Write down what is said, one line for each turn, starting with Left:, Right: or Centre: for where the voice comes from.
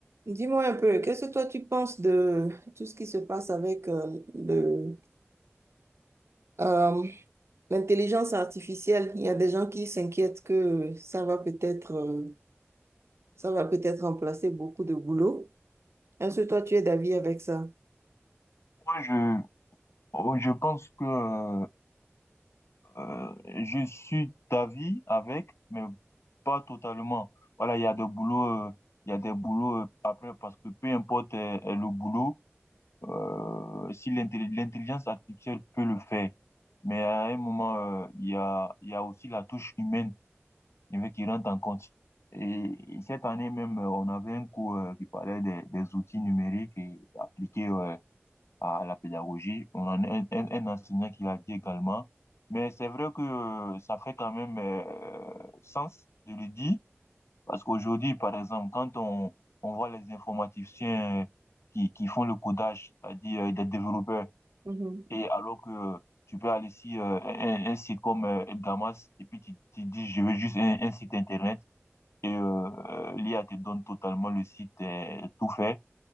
Right: Dis-moi un peu, qu'est-ce que toi tu penses de tout ce qui se passe avec euh, le, euh, l'intelligence artificielle? Il y a des gens qui s'inquiètent que ça va peut-être euh, ça va peut-être remplacer beaucoup de boulot. Est-ce que toi tu es d'avis avec ça?
Left: Moi, je, oh, je pense que euh, euh, je suis d'avis avec, mais pas totalement. Voilà, il y a des boulots, euh, il y a des boulots euh, après, parce que peu importe euh, euh, le boulot, euh, si l'intelli- l'intelligence artificielle peut le faire, mais à un moment, euh, il y a, il y a aussi la touche humaine euh, qui rentre en compte. Et, et cette année même, euh, on avait un cours euh, qui parlait des, des outils numériques et appliqués ouais, à la pédagogie. On en a un, un- un enseignant qui l'a dit également. Mais c'est vrai que euh, ça fait quand même euh, sens de le dire, parce qu'aujourd'hui, par exemple, quand on, on voit les informaticiens euh, qui, qui font le codage, c'est-à-dire euh, des développeurs,
Right: Mhm.
Left: et alors que tu peux aller sur euh, un, un- un site comme euh, Edgamas, et puis tu, tu dis, je veux juste un, un site Internet, et euh, euh, l'IA te donne totalement le site euh, tout fait